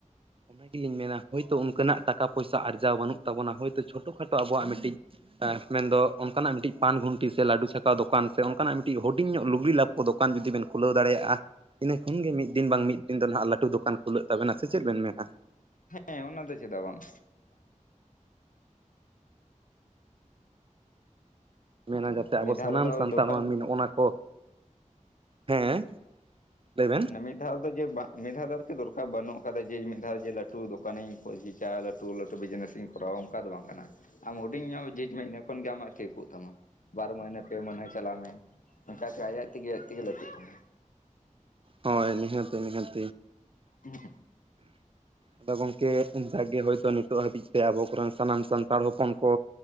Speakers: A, on the right; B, on the left.
A: ᱚᱱᱟ ᱜᱮᱞᱤᱧ ᱢᱮᱱᱟ ᱦᱳᱭᱛᱳ ᱚᱱᱠᱟᱱᱟᱜ ᱴᱟᱠᱟ ᱯᱚᱭᱥᱟ ᱟᱨᱟᱣ ᱵᱟᱹᱱᱩᱜ ᱛᱟᱵᱚᱱᱟ ᱦᱳᱭᱛᱳ ᱪᱷᱳᱴᱳ ᱠᱷᱟᱴᱳ ᱟᱚᱴᱣᱟᱜ ᱢᱤᱫᱴᱤᱡ ᱢᱮᱱᱫᱚ ᱚᱱᱠᱟᱱᱟᱜ ᱢᱤᱫᱴᱤᱡ ᱯᱟᱱ ᱜᱷᱩᱱᱴᱤ ᱥᱮ ᱞᱟᱹᱰᱩ ᱪᱷᱟᱠᱟᱣ ᱫᱚᱠᱟᱱ ᱥᱮ ᱚᱱᱠᱟᱱᱟᱜ ᱢᱤᱫᱴᱤᱡ ᱦᱩᱰᱤᱧ ᱧᱚᱜ ᱞᱩᱜᱽᱲᱤ ᱞᱟᱯ ᱫᱚᱠᱟᱱ ᱡᱩᱫᱤ ᱵᱮᱱ ᱠᱷᱩᱞᱟᱹᱣ ᱫᱟᱲᱮᱭᱟᱜ-ᱟ᱾ ᱤᱱᱟᱹ ᱠᱷᱚᱱ ᱜᱮ ᱢᱤᱫ ᱫᱤᱱ ᱵᱟᱝ ᱢᱤᱫ ᱫᱤᱱ ᱫᱚ ᱦᱟᱸᱜ ᱞᱟᱹᱴᱩ ᱫᱚᱠᱟᱱ ᱠᱷᱩᱞᱟᱹᱜ ᱛᱟᱵᱮᱱᱟ ᱥᱮ ᱪᱮᱫ ᱵᱮᱱ ᱢᱮᱱᱟ
B: ᱦᱮᱸ ᱚᱱᱟ ᱫᱚ ᱪᱮᱫᱟᱜ ᱵᱟᱝ
A: ᱢᱮᱱᱟ
B: ᱦᱩᱭᱩᱜ ᱛᱟᱢᱟ
A: ᱡᱟᱛᱮ
B: ᱢᱤᱫ
A: ᱟᱵᱚ
B: ᱫᱷᱟᱣ
A: ᱥᱟᱱᱟᱢ
B: ᱨᱮᱫᱚ
A: ᱥᱟᱱᱛᱟᱲ
B: ᱫᱚᱨᱠᱟᱨ
A: ᱢᱟᱹᱱᱢᱤ ᱱᱚᱜ-ᱚᱱᱟ ᱠᱚ, ᱦᱮᱸ ᱞᱟᱹᱭ ᱵᱮᱱ
B: ᱢᱤᱫ ᱫᱷᱟᱣ ᱫᱚ ᱡᱮ ᱵᱟᱝ ᱢᱤᱫ ᱫᱷᱟᱣ ᱫᱚ ᱟᱨᱠᱤ ᱫᱚᱨᱠᱟᱨ ᱵᱟᱹᱱᱩᱜ ᱟᱠᱟᱫᱟ ᱡᱮ ᱢᱤᱫ ᱫᱷᱟᱣ ᱡᱮ ᱞᱟᱹᱴᱩ ᱫᱚᱠᱟᱱᱤᱧ ᱚᱠᱚᱭ ᱡᱮ ᱪᱟ <inaudible> ᱞᱟᱹᱴᱩ ᱞᱟᱹᱴᱩ ᱵᱤᱡᱽᱱᱮᱥᱤᱧ ᱠᱚᱨᱟᱣᱟ ᱚᱱᱠᱟ ᱫᱚ ᱵᱟᱝ ᱠᱟᱱᱟ ᱟᱢ ᱦᱩᱰᱤᱧ ᱧᱚᱜ ᱡᱷᱤᱡ ᱢᱮ ᱤᱱᱟᱹ ᱠᱷᱚᱱ ᱜᱮ ᱟᱢᱟᱜ ᱴᱷᱤᱠᱚᱜ ᱛᱟᱢᱟ ᱵᱟᱨ ᱢᱟᱹᱦᱱᱟᱹ ᱯᱮ ᱢᱟᱹᱦᱱᱟᱹ ᱪᱟᱞᱟᱣ ᱢᱮ ᱚᱱᱠᱟᱛᱮ ᱟᱡ ᱛᱮ ᱜᱮ ᱟᱡ ᱛᱮ ᱜᱮ ᱞᱟᱹᱴᱩᱜ ᱛᱟᱢᱟ᱾
A: ᱦᱳᱭ ᱱᱤᱦᱟᱹᱛ ᱱᱤᱦᱟᱹᱛ
B: ᱦᱮ <unintelligible>
A: ᱟᱫᱟ ᱜᱚᱢᱠᱮ ᱚᱱᱠᱟᱜᱮ ᱦᱳᱭᱛᱳ ᱱᱤᱛᱚᱜ ᱦᱟᱹᱵᱤᱡ ᱛᱮ ᱟᱵᱚ ᱠᱚᱨᱮᱱ ᱥᱟᱱᱟᱢ ᱥᱟᱱᱛᱟᱲ ᱦᱚᱯᱚᱱ ᱠᱚ